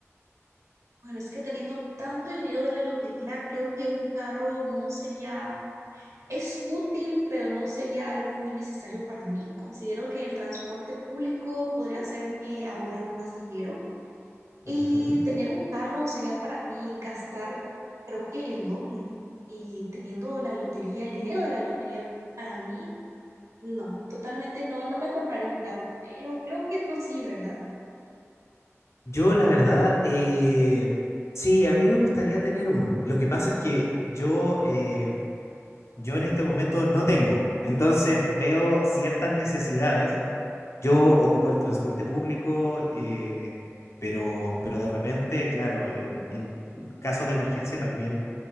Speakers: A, on the right; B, on the left.
A: Bueno, es que teniendo tanto dinero de la lotería, creo que un carro no sería, es útil, pero no sería algo muy necesario para mí. Considero que el transporte público podría hacerme ahorrar más dinero
B: Ujú.
A: y tener un carro sería para mí gastar, creo que el doble. Y teniendo la lotería, el dinero de la lotería, para mí, no, totalmente no, no me compraría un carro, pero creo que tú sí, ¿verdad?
B: Yo, la verdad, eh, sí, a mí me gustaría tener uno. Lo que pasa es que yo, eh, yo en este momento no tengo. Entonces veo ciertas necesidades. Yo ocupo el transporte público, eh, pero, pero de repente, claro, en, en caso de emergencia también